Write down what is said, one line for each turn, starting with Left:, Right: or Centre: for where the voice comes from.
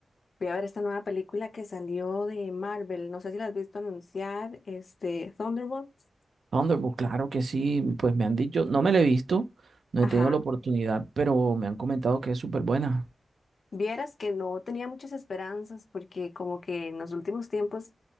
Left: Voy a ver esta nueva película que salió de Marvel. No sé si la has visto anunciar, este, Thunderbolts.
Right: Thunderbolt, claro que sí. Pues me han dicho, no me la he visto, no
Left: Ajá.
Right: he tenido la oportunidad, pero me han comentado que es súper buena.
Left: Vieras que no tenía muchas esperanzas porque como que en los últimos tiempos